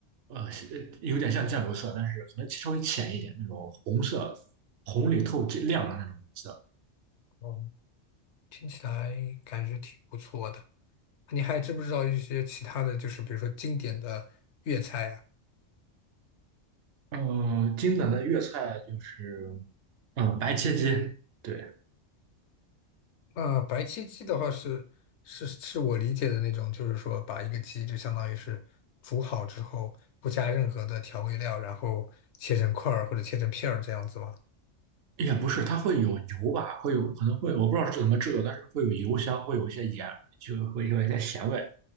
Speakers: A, on the right; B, on the left.
A: 呃是呃有点像酱油色，但是可能稍微浅一点那种红色，红里透亮的那种。色。
B: 哦，听起来感觉挺不错的？你还知不知道一些其他的就是比如说经典的粤菜啊？
A: 呃，经典的粤菜就是，嗯，白切鸡，对，
B: 啊、白切鸡的话是是是我理解的那种，就是说把一个鸡就相当于是煮好之后，不加任何的调味料，然后切成块儿或者切成片儿这样子吗？
A: 也不是，它会有油吧，会有可能会，我不知道是怎么制作，但是会有油香，会有一些盐，就会有一些咸味，